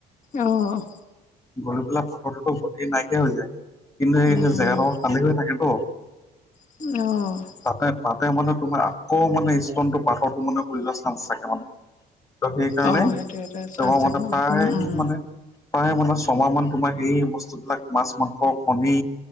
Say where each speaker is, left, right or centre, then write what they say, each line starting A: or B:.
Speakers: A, on the left; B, on the left.
A: অ',
B: গলি পেলাই পাথৰটোতো বতি নাইকিয়া হৈ যায় কিন্তু এই
A: উম
B: সেই
A: উম
B: জেগাটো খালী হৈ থাকেতো
A: অ
B: তাতে তাতে মানে তোমাৰ আকৌ মানে স্কনটো পথৰটো মানে যোৱা চান্স থাকে মানে ত সেইকাৰণে
A: অ
B: তেওঁৰ
A: সেইটো সেইটোৱে চান্স থাকে
B: মতে
A: ন
B: প্ৰায়
A: উম উম
B: মানে প্ৰায় মানে ছমাহ মান তোমাৰ সেই বস্তুবিলাক মাছ মাংস কণী